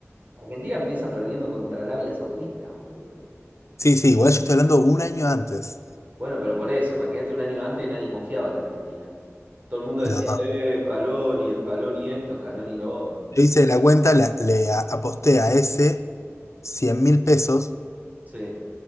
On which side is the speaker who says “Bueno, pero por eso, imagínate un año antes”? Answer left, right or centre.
Right